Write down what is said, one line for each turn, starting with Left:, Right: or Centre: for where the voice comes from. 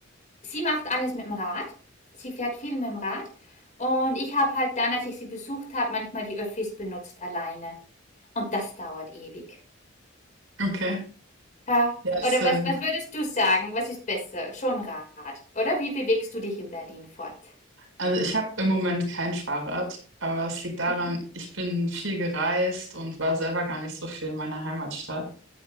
Left: sie macht alles mit dem Rad. Sie fährt viel mit dem Rad. Und ich habe halt dann, als ich sie besucht habe, manchmal die Öffis benutzt alleine. Und das dauert ewig.
Right: Okay.
Left: Ja.
Right: Ja, es
Left: Oder
Right: äh,
Left: was, was würdest du sagen? Was ist besser? Schon Rad. Oder wie bewegst du dich in Berlin fort?
Right: Also ich habe im Moment kein Fahrrad, aber es liegt daran,
Left: <laughs>
Right: ich bin viel gereist und war selber gar nicht so viel in meiner Heimatstadt.